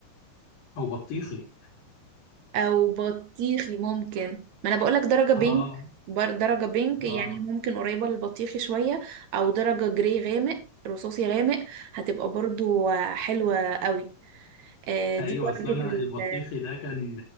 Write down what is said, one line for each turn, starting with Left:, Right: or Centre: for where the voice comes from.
Left: او بطيخي
Right: او بطيخي ممكن ما انا بقولك درجة
Left: اه
Right: بينك بر- درجة بينك يعني
Left: اه
Right: ممكن قريبة للبطيخي شوية او درجة جري غامق رصاصي غامق هتبقى برضو حلوة قوي آه دي
Left: ايوه
Right: درجة
Left: اصل انا
Right: ال
Left: البطيخي ده كان